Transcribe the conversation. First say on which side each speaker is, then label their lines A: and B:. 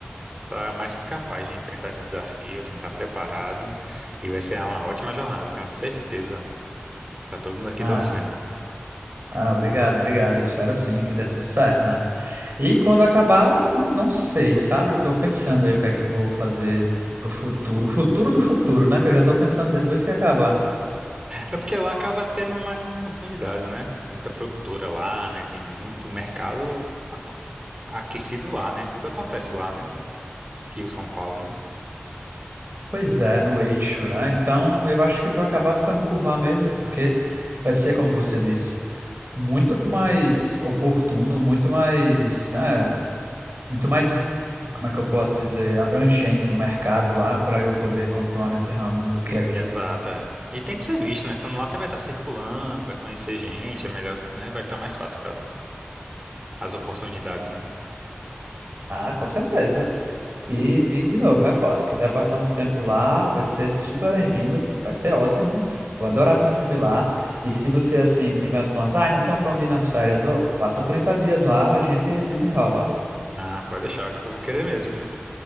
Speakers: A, on the right; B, on the right.
A: tá mais que capaz de enfrentar esse desafio, assim, tá preparado e vai ser uma ótima jornada, tenho certeza. Tá todo mundo aqui
B: Ah,
A: torcendo.
B: ah, obrigado, obrigado. Espero sim que dê tudo certo, né? E quando acabar, não, não sei, sabe? Estou pensando aí o que é que vou fazer pro futuro, o futuro do futuro, né? Que eu já estou pensando depois que acabar.
A: É porque lá acaba tendo mais oportunidades, né? é muita produtora lá, né? Tem muito mercado a- aquecido lá, né? Tudo acontece lá, né? Rio, São Paulo, né?
B: Pois é, no eixo, né? Então, eu acho que vou acabar ficando por lá mesmo, porque vai ser, como você disse, muito mais oportuno, muito mais, né, muito mais, como é que eu posso dizer, abrangente o mercado lá para eu poder continuar nesse ramo do que aqui.
A: Exato, é. E tem que ser visto, né? então lá, você vai estar circulando, vai conhecer gente, é melhor, né? Vai estar mais fácil para as oportunidades, né?
B: Ah, com certeza. E digo de novo, reforço, se quiser passar um tempo lá, vai ser super bem-vindo, vai ser ótimo, vou adorar te receber lá. E se você, assim, tiver uns planos, ah, não tenho plano de ir nas férias, ô, passa 30 dias lá, a gente desenrola.
A: Ah, pode deixar, acho que eu vou querer mesmo, viu?